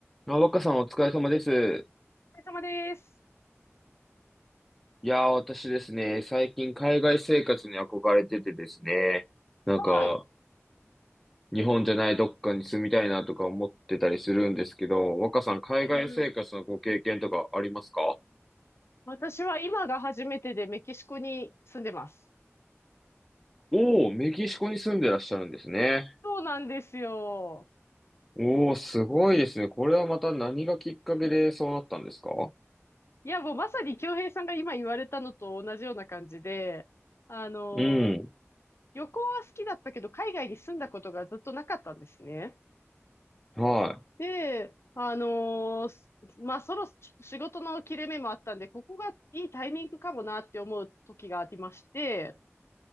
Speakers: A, in the centre; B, on the left.
A: あ、若さんお疲れ様です。
B: お疲れ様です。
A: いやー、私ですね、最近海外生活に憧れててですね、なんか、
B: はい。
A: 日本じゃないどっかに住みたいなとか思ってたりするんですけど、若さん海外生活のご経験とかありますか
B: うんうん。私は今が初めてでメキシコに住んでます。
A: おー、メキシコに住んでらっしゃるんですね。
B: そうなんですよ。
A: おー、すごいですね。これはまた何がきっかけでそうなったんですか
B: いや、もうまさに京平さんが今言われたのと同じような感じで、あのー
A: うん。
B: 旅行は好きだったけど、海外に住んだことがずっとなかったんですね。
A: は
B: で、あのーまあ、そろ、仕事の切れ目もあったんで、ここがいいタイミングかもなって思う時がありまして、